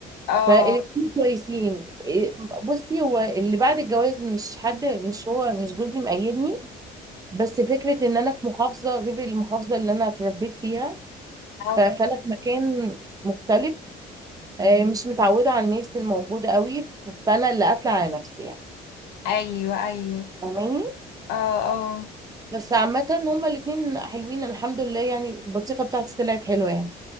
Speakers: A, on the left; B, on the right.
A: اه
B: فالاتنين كويسين إيه، بصي هو اللي بعد الجواز مش حد مش هو مش جوزي مقيدني بس فكرة ان انا في محافظة غير المحافظة اللي انا اتربيت فيها
A: آه.
B: ف- فانا في مكان مختلف آه، مش متعودة على الناس الموجودة قوي فانا اللي قافلة على نفسي يعني
A: ايوه ايوه
B: فاهماني
A: اه اه
B: بس عامة هما الاتنين حلوين الحمد لله يعني البطيخة بتاعتي طلعت حلوة يعني